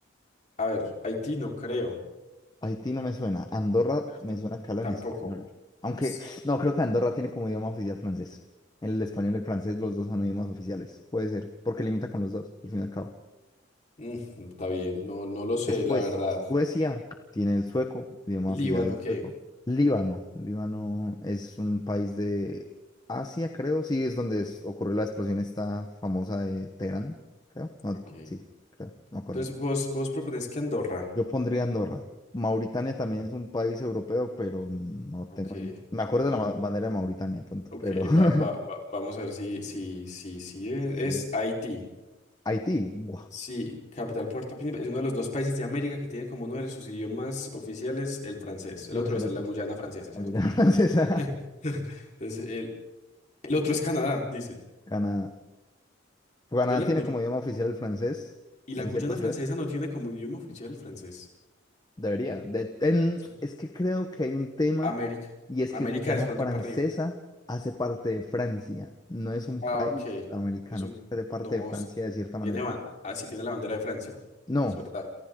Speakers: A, on the left; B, on the left.
A: A ver, Haití no creo.
B: Haití no me suena. Andorra
A: ¿Cierto?
B: me suena que habla
A: Tampoco.
B: en español. Aunque,
A: S-
B: no, creo que Andorra tiene como idioma oficial francés. El español y el francés, los dos son idiomas oficiales. Puede ser, porque limita con los dos, al fin y al cabo.
A: mm, está bien, no, no lo sé,
B: Después,
A: la verdad.
B: Suecia tiene el sueco, el idioma
A: Líbano,
B: oficial es el
A: ¿qué?
B: sueco. Líbano, Líbano es un país de Asia, creo, sí, es donde es- ocurrió la explosión esta famosa de Teherán, creo. No,
A: Ok.
B: sí, creo, no me acuerdo.
A: Entonces, vos, vos propones que Andorra.
B: Yo pondría Andorra. Mauritania también es un país europeo, pero no
A: Ok.
B: tengo. ni- Me acuerdo
A: Vamos.
B: de la ma- bandera de Mauritania pronto,
A: Ok,
B: pero. <laughs>
A: va, va, va- vamos a ver si, si, si, si es,
B: Sí, sí.
A: es Haití.
B: Haití. Buah,
A: Sí, capital Puerto Príncipe. Es uno de los dos países de América que tiene como uno de sus idiomas oficiales el francés. El
B: Yo
A: otro
B: me sé
A: es
B: el otro.
A: la Guyana francesa,
B: La
A: ¿cierto?
B: Guyana <laughs> Francesa.
A: <laughs> Entonces, el, el otro es Canadá, dicen.
B: Canadá. Canadá
A: Entonces,
B: tiene
A: la Guyana.
B: como idioma oficial el francés
A: Y
B: en
A: la Guyana
B: ciertas
A: francesa
B: ciudades.
A: no tiene como idioma oficial el francés.
B: Debería. De- en-
A: ¿cierto?
B: es que creo que hay un tema
A: América.
B: y es
A: América
B: que Guyana
A: es pronto
B: Francesa
A: para arriba.
B: hace parte de Francia. No es un
A: Ah,
B: país
A: ok.
B: americano,
A: No Es un-
B: hace parte
A: No,
B: de Francia
A: s-
B: de cierta manera.
A: tiene, ba- ah, sí tiene la bandera de Francia.
B: No.
A: Es verdad.